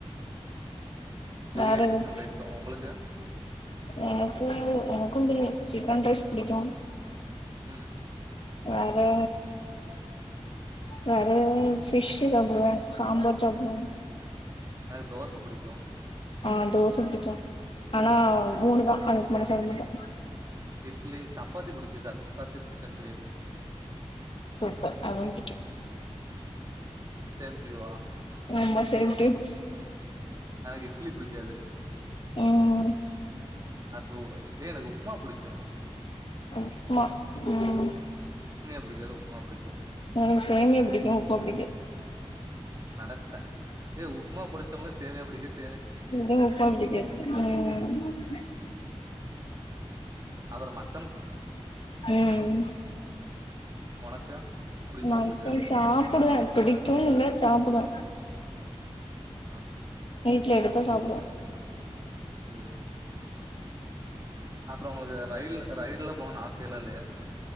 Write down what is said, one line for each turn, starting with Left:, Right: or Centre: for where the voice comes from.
Right: பிரியாணி
Left: வேற
Right: சிக்கன்
Left: என்
Right: ரைஸு
Left: எ எ
Right: உங்களுக்கு
Left: எனக்கு எனக்கும் பிரி சிக்கன் ரைஸ் பிடிக்கு
Right: உம்
Left: வேற வேற ஃபிஷ்சு சாப்டுவே சாம்பார் சாப்டுவோ
Right: எனக்கு தோச புடிக்கு
Left: ஆஹ் தோச பிடிக்கும் ஆனா மூணு தா அது மனசார மட்டு
Right: இட்லி சப்பாத்தி புடிக்கு சப்பாத்தி சிக்கன் கிரேவி
Left: சூப்பர் அதுவு பிடிக்கு
Right: சேம் டு யூ ஆ
Left: ஆமா சேம் டுயூஸ்
Right: எனக்கு இட்லி புடிக்காது
Left: ம்
Right: அது எனக்கு உப்மா புடிக்கோ
Left: உப்மா ம்
Right: புடிக்கது உப்மா புடிக்கோ
Left: ந எனக்கு சேமியா புடிக்கோ உப்மா புடிக்காது
Right: நனச்ச ஏ உப்மா புடிச்சவங்களுக்கு சேமியா புடிக்காது
Left: இது உப்மா புடிக்காது ம்
Right: அவர் மட்
Left: ம்
Right: உனக்கு புடிக்குமா
Left: மட்டன்
Right: உங்களுக்கு
Left: சாப்டுவே புடிக்கும்னு இல்ல சாப்டுவ
Right: ஆ
Left: வீட்ல எடுத்த சாப்டுவ
Right: ஓ அப்றோ உங்களுக்கு ரயில் ரைடுல போன ஆச ல ல்